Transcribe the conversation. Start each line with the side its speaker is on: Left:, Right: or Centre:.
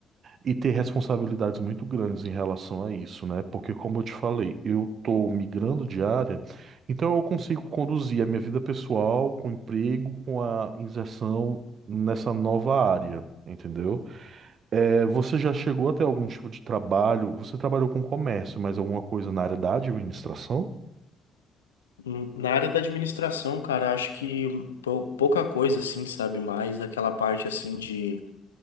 Right: e ter responsabilidades muito grandes em relação a isso, né? Porque, como eu te falei, eu tô migrando de área, então eu consigo conduzir a minha vida pessoal com o emprego, com a inserção nessa nova área, entendeu? É, você já chegou a ter algum tipo de trabalho? Você trabalhou com comércio, mas alguma coisa na área da administração?
Left: Hum, Na área da administração, cara, acho que pou- pouca coisa assim, sabe? Mais aquela parte assim de